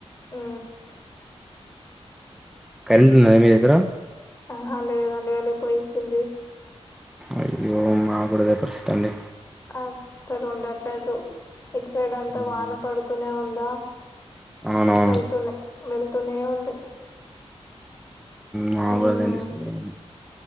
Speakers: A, on the left (about 25°); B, in the centre.
A: ఆ
B: కరెంట్ ఉన్నద మీ దగ్గర
A: ఆహా లేదండి వెళ్లి పోయిస్తుంది
B: అయ్యో మా కూడ అదే పరిస్థితి అండి
A: అసలు ఉండట్లేదు ఇటు సైడ్ అంతా
B: ఉమ్,
A: వాన పడుతూనే ఉందా
B: అవునవును
A: వెళ్తూనే వెళ్తూనే ఉంది
B: మా
A: ఉమ్
B: కూడా అదే అండి సేమ్